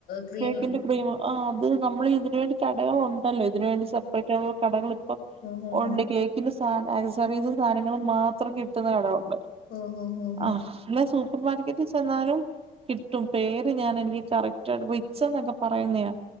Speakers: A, on the left (about 60°); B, on the right (about 35°).
A: ക്രീം
B: കേക്കിന്റെ ക്രീമ് ആഹ് അത് നമ്മള് ഇതിന് വേണ്ടി കടകൾ ഉണ്ടല്ലോ ഇതിന് വേണ്ടി സെപ്പറേറ്റ് ആഹ് കടകൾ ഇപ്പൊ
A: ഓഹോ ഹോ
B: ഉണ്ട് കേക്കിന്റെ സാന അസസറീസ് സാധനങ്ങള് മാത്രം കിട് ട്ടുന്ന കട ഒണ്ട്
A: ഓ ഹോ ഹോ ഹോ
B: ആഹ് അല്ലേ സൂപ്പർ മാർക്കറ്റി ചെന്നാലും കിട്ടും പേര് ഞാൻ എനിക്ക് കറക്റ്റ് ആയിട്ട് റിച്ചെന്നൊക്കെ പറയുന്നയാ